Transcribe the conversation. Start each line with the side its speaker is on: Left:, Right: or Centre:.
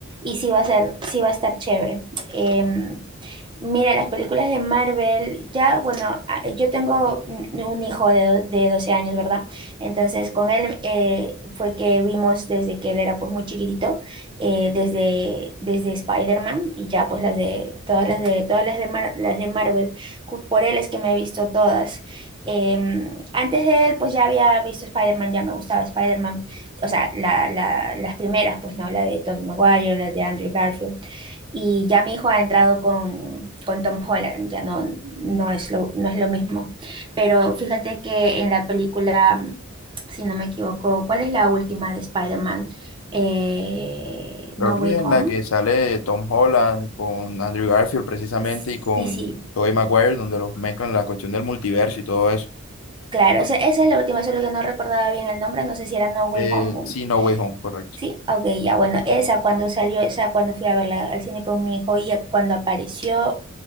Right: y sí va a ser, sí va a estar chévere. Em, Mira, las películas de Marvel, ya, bueno, a- yo tengo un un hijo de, do- de 12 años, ¿verdad? Entonces, con él eh, fue que vimos desde que él era pues muy chiquitito, eh, desde, desde Spider-Man y ya pues las de, todas las de, todas las de, Mar- las de Marvel, Ju- por él es que me he visto todas. Em, antes de él, pues ya había visto Spider-Man, ya me gustaba Spider-Man, o sea, la, la- las primeras, pues no, la de Tobey Maguire, la de Andrew Garfield y ya mi hijo ha entrado con, con Tom Holland, ya no, no es lo, no es lo mismo. Pero fíjate que en la película, mm, si no me equivoco, ¿cuál es la última de Spider-Man? Eh,
Left: Creo
Right: No
Left: que
Right: Way
Left: en
Right: Home.
Left: la que sale Tom Holland con Andrew Garfield precisamente
Right: Sí,
Left: y con
Right: sí,
Left: Tobey Maguire, donde los mezclan la cuestión del multiverso y todo eso.
Right: claro, esa, esa es la última, solo que no recordaba bien el nombre, no sé si era No Way
Left: Eh,
Right: Home. o-
Left: sí, No Way Home, correcto.
Right: Sí, ok, ya, bueno, esa cuando salió, esa cuando fui a verla al cine con mi hijo y cuando apareció